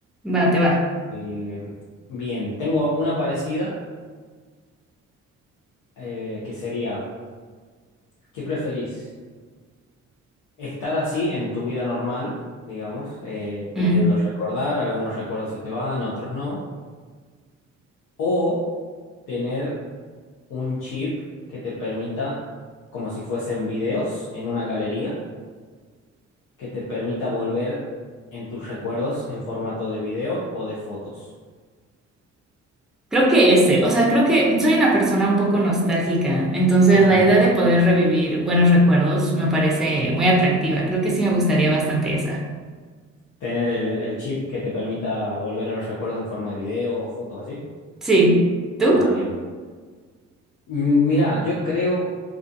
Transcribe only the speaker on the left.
Eh, bien, tengo una parecida eh, que sería, ¿qué preferís? Estar así en tu vida normal, digamos, eh, pudiendo
recordar, algunos recuerdos se te van, otros no, o tener un chip que te permita, como si fuesen videos en una galería, que te permita volver en tus recuerdos en formato de video o de fotos.
Ajá,
sí.
Tener el, el chip que te permita volver a los recuerdos en forma de video o fotos así.
Ah, bien. Mm, Mira, yo creo,